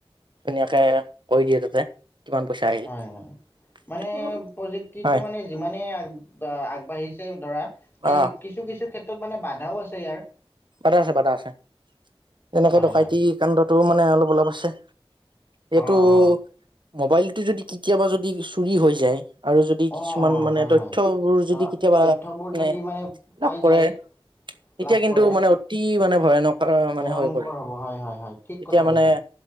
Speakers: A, on the right (about 55°); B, on the left (about 25°).
A: ধুনীয়া তাকে কৈ দিয়ে তাতে কিমান পইচা আহিল
B: হয়, হয়, মানে
A: এইটো
B: প্ৰযুক্তিটো
A: হয়
B: মানে যিমানে আগ আগবাঢ়িছে <unintelligible> ধৰা। কেই
A: অ
B: কিছু কিছু ক্ষেত্ ত'মানে বাধাও আছে ইয়াৰ।
A: বাধা আছে-বাধা আছে এনেকে
B: হয়
A: ডকাইতি
B: হয়
A: কাণ্ডত টো মানে অলপ-অলপ আছে। এইটো
B: অ অ
A: মোবাইলটো যদি কেতিয়াবা যদ দি চুৰি হৈ যায় আৰু যদি
B: অ
A: কিছুমান
B: অ
A: মানে
B: হয়
A: তথ্যবোৰ
B: হয়। ধৰা
A: যদি কেতিয়াবা
B: তথ্যবোৰ
A: মানে
B: যদি পাই
A: লাভ কৰে
B: যায়
A: তেতিয়া
B: লাভ
A: কিন
B: কৰে
A: টো মানে অতি মানে ভয়ানক।
B: ভয়ংকৰ
A: হৈ পৰে
B: হ'ব, হয় হয় হয়। ঠিক
A: তেতিয়া
B: কথা
A: মানে
B: কৈছা।